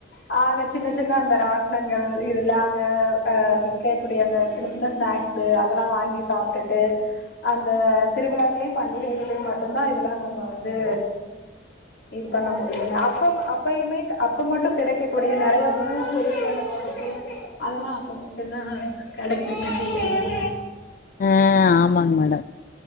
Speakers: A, on the left; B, on the left.
A: அ அங்க சின்ன சின்ன அந்த ராட்னங்கள் இதுல அங்க அ விக்கைகூடிய அந்த சின்ன சின்ன ஸ்நாக்ஸு அதெல்லா வாங்கி சாப்ட்டுட்டு அந்த திருவிழாக்களையு பண்டிகைகளையும் மட்டுந்தா இதுல்லா நம்ம வந்து இது பண்ண முடியுங்க அப்பம் அப்பயுமே க் அப்ப மட்டு கிடைக்க கூடிய நறைய உணவு பொருட்கள் ஆகட்டு அதெல்லா அப்ப மட்டுந்தா கெடைக்குன் நெனைக்கிறேங்க
B: அ ஆமாங் மேடம்